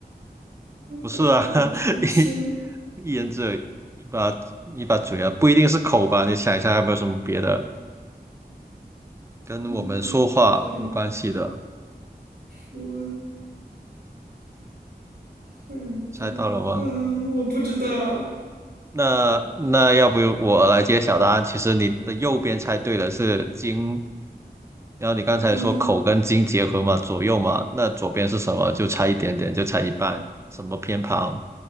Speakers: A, on the right (about 15°); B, on the right (about 70°).
A: 不是啊？
B: 二代金枪，
A: <laughs> 一一人只有一把一把嘴啊，不一定是口吧？你想一下，有没有什么别的跟我们说话有关系的？
B: 二代坡，二代，
A: 猜到了吗？
B: 嗯，呃我不知道，
A: 那那要不我来揭晓答案？其实你的右边猜对了，是金。然后你刚才说口跟金结合嘛，
B: 嗯，二
A: 左右嘛，那左边是什么？就差一点点，就差一半。什么偏旁？